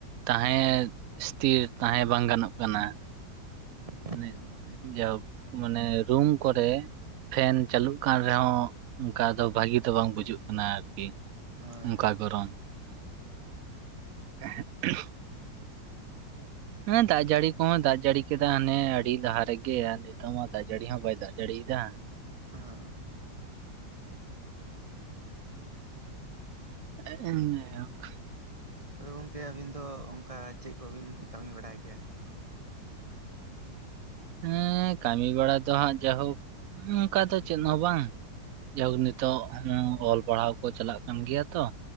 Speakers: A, on the right (about 65°); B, on the right (about 20°).
A: ᱛᱟᱦᱮᱸ ᱤᱥᱛᱷᱤᱨ ᱛᱟᱦᱮᱸ ᱵᱟᱝ ᱜᱟᱱᱚᱜ ᱠᱟᱱᱟ ᱾
B: ᱦᱮᱸ
A: ᱚᱱᱮ
B: ᱜᱚᱝᱠᱮ
A: ᱡᱟᱣ ᱾ ᱢᱟᱱᱮ ᱨᱩᱢ ᱠᱚᱨᱮ ᱯᱷᱮᱱ ᱪᱟᱹᱞᱩᱜ ᱠᱟᱱ ᱨᱮᱦᱚᱸ ᱚᱱᱠᱟ ᱫᱚ ᱵᱷᱟᱜᱤ ᱵᱟᱝ ᱵᱩᱡᱩᱜ ᱠᱟᱱᱟ ᱟᱨᱠᱤ
B: ᱦᱳᱭ
A: ᱚᱱᱠᱟ
B: ᱦᱳᱭ
A: ᱜᱚᱨᱚᱢ ᱦᱮᱸ ᱾ ᱮᱦᱮ ᱩᱦᱩᱸᱜ᱾ ᱦᱮᱸ ᱫᱟᱜ ᱡᱟᱹᱲᱤ ᱠᱚᱦᱚᱸ ᱫᱟᱜ ᱡᱟᱹᱲᱤ ᱠᱮᱫᱟ ᱦᱟᱱᱮ ᱟᱹᱰᱤ ᱞᱟᱦᱟ ᱨᱮᱜᱮ ᱾ ᱱᱤᱛᱚᱜ ᱢᱟ ᱫᱟᱜᱡᱟᱹᱲᱤ ᱦᱚᱸ ᱵᱟᱭ ᱫᱟᱜ ᱡᱟᱹᱲᱤᱮᱫᱟ ᱾
B: ᱟᱢ
A: <unintelligible>
B: ᱟᱫᱚ ᱜᱚᱝᱠᱮ ᱟᱹᱵᱤᱱ ᱫᱚ ᱚᱱᱠᱟ ᱪᱮᱫ ᱠᱚᱵᱤᱱ ᱠᱟᱹᱢᱤ ᱵᱟᱲᱟᱭ ᱜᱮᱭᱟ ᱾
A: ᱦᱮᱸ ᱠᱟᱹᱢᱤ ᱵᱟᱲᱟ ᱫᱚ ᱦᱟᱸᱜ ᱡᱟᱭᱦᱳᱠ ᱚᱱᱠᱟ ᱫᱚ ᱪᱮᱫ ᱦᱚᱸ ᱵᱟᱝ ᱾ ᱡᱟᱣ ᱦᱩᱠ ᱱᱤᱛᱚᱜ ᱦᱚᱸ ᱚᱞ ᱯᱟᱲᱦᱟᱣ ᱠᱚ ᱪᱟᱞᱟᱜ ᱠᱟᱱ ᱜᱮᱭᱟ ᱛᱚ,